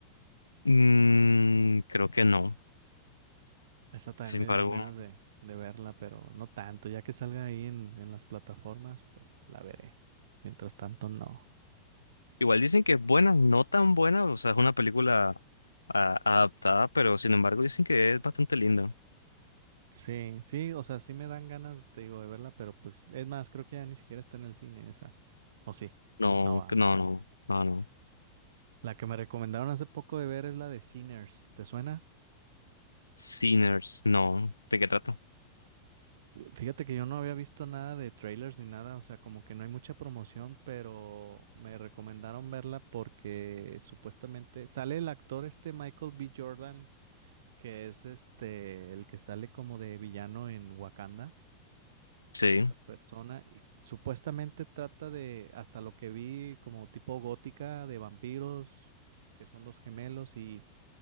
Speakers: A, on the left; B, on the right.
A: Mm, creo que no,
B: Esa también
A: sin
B: me
A: embargo.
B: dieron ganas
A: no.
B: de, de verla, pero no tanto. Ya que salga ahí en, en las plataformas, pues la veré. Mientras tanto, no.
A: Igual dicen que es buena, no tan buena, o sea, es una película a- adaptada, pero sin embargo dicen que es bastante linda.
B: Sí, sí, o sea, sí me dan ganas, te digo, de verla, pero pues, es más, creo que ya ni siquiera está en el cine esa. ¿O sí?
A: No,
B: No va.
A: que no, no, no, no.
B: La que me recomendaron hace poco de ver es la de Sinners. ¿Te suena?
A: Sinners, no. ¿De qué trata?
B: Fíjate que yo no había visto nada de trailers ni nada, o sea, como que no hay mucha promoción, pero me recomendaron verla porque supuestamente sale el actor este Michael B. Jordan, que es este el que sale como de villano en Wakanda,
A: Sí.
B: esta persona, y supuestamente trata de, hasta lo que vi, como tipo gótica de vampiros, que son dos gemelos y